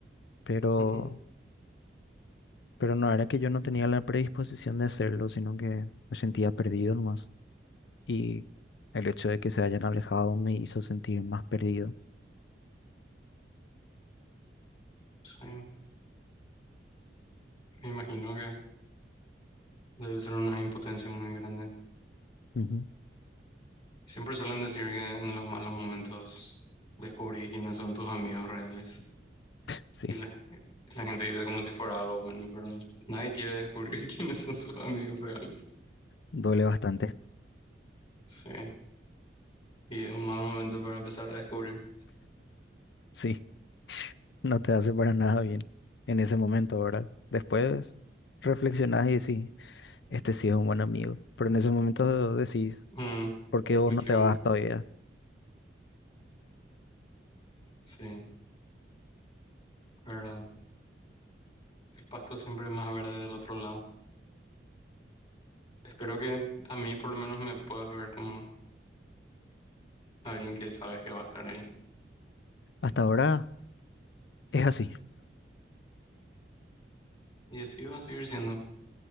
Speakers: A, on the left (about 70°); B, on the left (about 35°).
A: pero,
B: Ujú,
A: pero no era que yo no tenía la predisposición de hacerlo, sino que me sentía perdido nomás. y el hecho de que se hayan alejado me hizo sentir más perdido.
B: sí. Me imagino que debe ser una impotencia muy grande.
A: Ujú,
B: Siempre suelen decir que en los malos momentos descubrís quiénes son tus amigos reales.
A: Sí,
B: Y la, la gente dice como si fuera algo bueno, pero nadie quiere descubrir <laughs> quiénes son sus amigos reales.
A: duele bastante. <laughs>
B: Sí. Y es un mal momento para empezar a descubrir.
A: Sí, no te hace para nada bien en ese momento, ¿verdad? Después reflexionás y decís, este sí es un buen amigo, pero en ese momento decís,
B: Mm,
A: ¿por qué vos
B: me
A: no
B: quiero.
A: te vas todavía?
B: Sí, pero el pasto siempre es más verde del otro lado. Espero que a mí por lo menos me puedas ver como alguien que sabes que va a estar ahí.
A: Hasta ahora es así,
B: Y así va a seguir siendo,